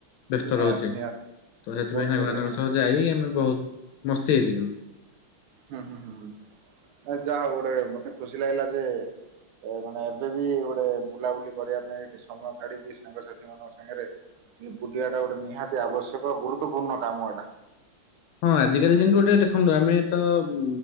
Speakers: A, on the left; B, on the right.
A: ବ୍ୟସ୍ତ
B: ନିହାତି
A: ରହୁଚେ,
B: ନିହାତି
A: ତ ସେଥିପାଇଁ
B: ବହୁତ
A: ସାଙ୍ଗମାନଙ୍କ
B: ବଢିଆ ହୁଁ
A: ସହ ଯାଇ ଆମେ ବହୁତ୍ ମସ୍ତି ହେଇଚି କିନ୍ତୁ।
B: ହୁଁ-ହୁଁ-ହୁଁ-ହୁଁ ଆଉ ଯାହଉ ଗୋଟେ ମତେ ଖୁସି ଲାଗିଲା ଯେ <unintelligible> ମାନେ ଏବେ ବି ଗୋଟେ ବୁଲାବୁଲି କରିବା ପାଇଁ ଗୋଟେ ସମୟ କାଢିକି ସାଙ୍ଗସାଥି ଙ୍କ ସାଙ୍ଗରେ ଟିକେ ବୁଲିବାଟା ଗୋଟେ ନିହାତି ଆବଶ୍ୟକ ଗୁରୁତ୍ୱପୂର୍ଣ୍ଣ କାମ ଏଟା।
A: ହଁ ଆଜି କାଲି ଯେମ୍ତି ଗୋଟେ ଦେଖନ୍ତୁ ଆମେ ତ ଉଁ